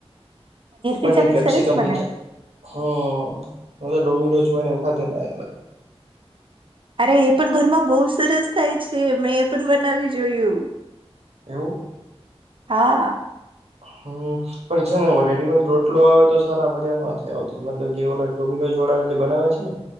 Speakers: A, on the right; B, on the right.
A: પનીર
B: પીઝા પણ
A: કેપ્સી
B: સરસ
A: કંમપીજા
B: બને
A: હ હવે ડોમિનોઝ બને એવું ખાતેદાર.
B: અરે એ પણ ઘરમાં બહુ સરસ થાય છે મેં એ પણ બનાવી જોયું.
A: એવું.
B: હા.
A: હ ઉ. પણ છે ને રેડીમેડ રોટલો આવે તો સારા મજા ન નથી આવતી મતલબ જે ઓ ટોમિનોઝ વાળા જે બનાવે છે. છે ને